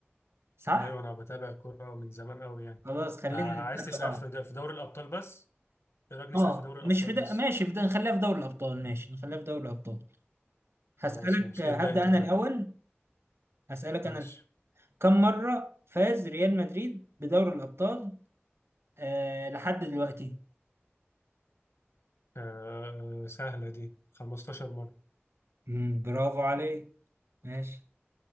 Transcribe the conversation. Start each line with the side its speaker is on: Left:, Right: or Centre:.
Right: صح
Left: ايوه انا بتابع الكورة من زمان قوي يعني
Right: خلاص خلينا
Left: فعايز
Right: نتحدى
Left: تسأل
Right: بعض
Left: في د- في دوري الابطال بس ايه رأيك نسأل
Right: اه
Left: في دوري الابطال
Right: مش في ده
Left: بس
Right: ماشي في ده نخليها في دوري الابطال ماشي نخليها في دوري الابطال
Left: خلاص
Right: هسألك
Left: ماشي
Right: آه،
Left: ابدأ
Right: هبدأ
Left: انت
Right: انا
Left: طيب
Right: الاول هسألك
Left: ماشي
Right: انا الأول. كم مرة فاز ريال مدريد بدوري الابطال أه لحد دلوقتي
Left: آه سهلة دي 15 مرة
Right: مم، برافو عليك ماشي